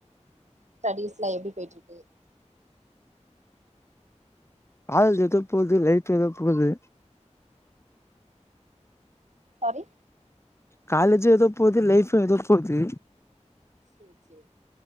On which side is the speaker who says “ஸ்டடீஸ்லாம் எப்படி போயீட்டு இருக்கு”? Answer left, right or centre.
Right